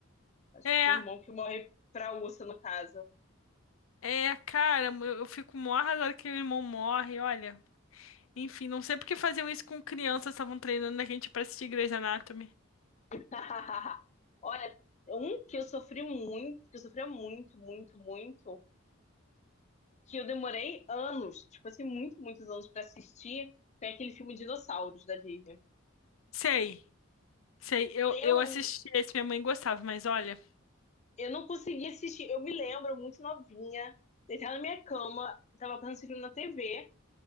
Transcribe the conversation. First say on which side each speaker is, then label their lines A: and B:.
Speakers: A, on the left (about 35°); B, on the left (about 75°).
A: Acho
B: É,
A: que o irmão que morre pra ursa, no caso.
B: é, cara, eu eu fico mó arrasada que meu irmão morre, olha. Enfim, não sei por que faziam isso com crianças, estavam treinando a gente pra assistir Grey's Anatomy.
A: <laughs> Olha, um que eu sofri muito, que eu sofria muito, muito, muito, que eu demorei anos, tipo assim, muito, muitos anos pra assistir, foi aquele filme Dinossauros da Disney.
B: Sei, sei, eu,
A: Eu,
B: eu assisti esse, minha mãe gostava, mas olha. <laughs>
A: eu não consegui assistir, eu me lembro muito novinha, deitada na minha cama, tava passando esse filme na TV,